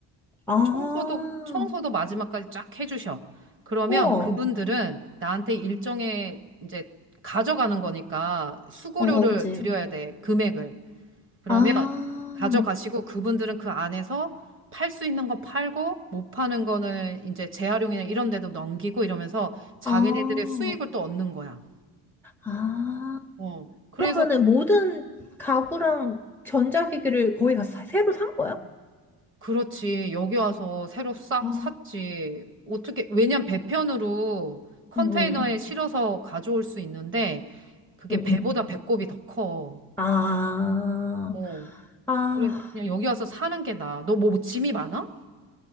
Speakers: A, in the centre; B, on the right.
A: 아,
B: 청소도, 청소도 마지막까지 쫙 해주셔. 그러면
A: 우와.
B: 그분들은 나한테 일정의 이제 가져가는 거니까 수고료를
A: 어어, 그치.
B: 드려야 돼. 금액을. 그러면
A: 아.
B: 가져가시고 그분들은 그 안에서 팔 수 있는 거 팔고 못 파는 거는 이제 재활용이나 이런 데도 넘기고 이러면서 자기네들의
A: 아,
B: 수익을 또 얻는 거야.
A: 아.
B: 어. 그래서
A: 그러면은 모든 가구랑 전자기기를 거의 다 사- 새로 산 거야?
B: 그렇지. 여기 와서 새로 싹
A: 아,
B: 샀지. 어떻게, 왜냐면 배편으로 컨테이너에
A: 응, 응,
B: 실어서 가져올 수 있는데, 그게
A: 응,
B: 배보다
A: 응.
B: 배꼽이 더 커.
A: 아,
B: 어.
A: 아,
B: 그래, 그냥 여기 와서 사는 게 나아. 너 뭐 짐이 많아?